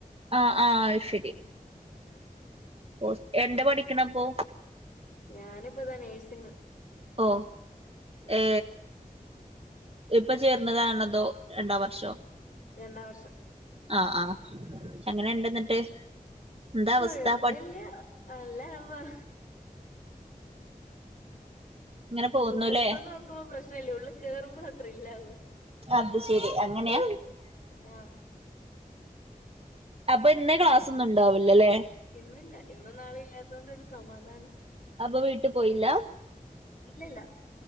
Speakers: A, on the right; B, on the left.
A: ആ ആ അത് ശെരി
B: അ
A: ഓ എന്താ പഠിക്കണപ്പൊ
B: ഞാനിപ്പതാ നേഴ്സിങ്
A: ഓ
B: ആഹ്
A: ഏ ഇപ്പൊ ചേർന്നതാണതോ രണ്ടാം വർഷോ
B: രണ്ടാം വർഷം
A: ആ ആ എങ്ങനെണ്ട്ന്നിട്ട് എന്താ
B: കൊഴപ്പല്ല
A: അവസ്ഥ പ
B: നല്ല അനുഭവ
A: ഇങ്ങനെ പോന്നുല്ലേ
B: പൊറത്ത്ന്ന് നോക്കുമ്പോ പ്രശ്നല്ല ഉള്ളിൽ കേറുമ്പോളാ ത്രില്ലാവ
A: അത് ശെരി അങ്ങനെയ
B: ആഹ്
A: അപ്പൊ ഇന്ന് ക്ലാസ്സൊന്നും ണ്ടാവൂല്ല ലെ
B: ഇന്നില്ല ഇന്നും നാളെ ഇല്ലാത്തോണ്ട് ഒരു സമാധാന
A: അപ്പൊ വീട്ടിൽ പോയില്ല
B: ഇല്ലല്ല